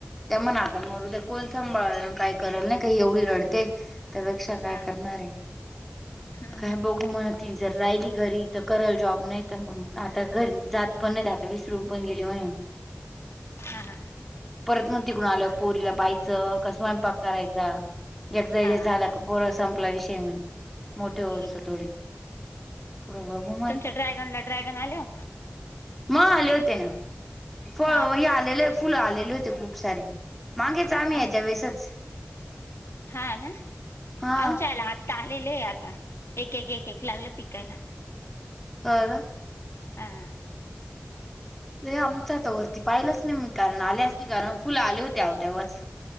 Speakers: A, in the centre; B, on the left (about 70°).
A: त्या मणा आता मर ते कोण सांभाळ काय करल नाही काही एवढी रडत. ते त्यापेक्षा काय
B: हा
A: करणार आहे
B: हम्म
A: काय
B: हम्म
A: ब ुमण जर राहिली घरी तर कल जॉब नाही तर मग आता घरी जात पण नाही. विसरून पण गेली हो.
B: हा ह
A: परत मग तिकडून आलं पोरीला पाहायचं कसमय पाक करायचा एकदा हे
B: हा
A: झालं. पोर संपला विषय म्हण मोठे हो
B: हम्म
A: असत थोडे पुढे बघू
B: तुमच्या ड्रॅगन ला ड्रॅगन आले..
A: म आले होते ना फळ
B: हा
A: हे
B: का
A: आलेले फुलं आलेले होते. खूप सारे मागेच आम्ही
B: आमच्या
A: याच्या वेळेसच
B: हा ना
A: हा
B: आमच्या आला आत्ता आलेले आहे आता एक एक एक एक लागलं पिकायला.
A: होा ना
B: हं
A: र आमचा तर वरती पाहिलंच नाही मी कारण आले असतील कारण फुलं आले होतेहो तेव्हाच